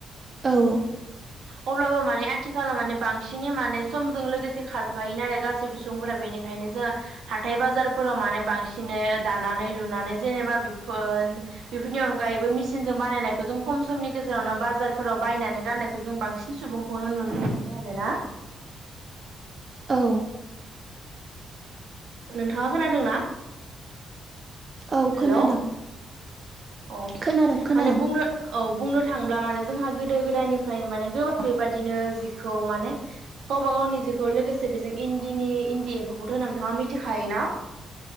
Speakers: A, on the right; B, on the right.
A: औ
B: <inaudible> अब्लाबो माने आथिखाालाव माने बांसिनै माने समजों लोगोसे खारफायो नालाय गासैबो सुबुंफोरा बेनिखायनो जोङो हाथाय बाजारफोराव माने बांसिनै दानानै लुनानै जेनेबा बेफो ओ बेफोरनि अनगायैबो मेसिनजों बानायनायखौ जों खम समनि गेजेरावनो बाजारफोराव बायनानै गाननायखौ जों बांसिन सुबुंखौनो नुनो मोनो आरो ना।
A: औ
B: नोंथाङा खोनादोंना
A: औ
B: हेलौ
A: खोनादों
B: औ
A: खोनादों खोनादों
B: माने बुंनो औ बुंनो थांब्ला माने जोंहा गोदो गोदायनिफ्रायनो माने गोबां बेबादिनो जिखौ माने गावबा गावनि जिखौ लोगोसे बेजों इन्दिनि इन्दि एम्फौखौथ' नोंथाङा मिथिखायोना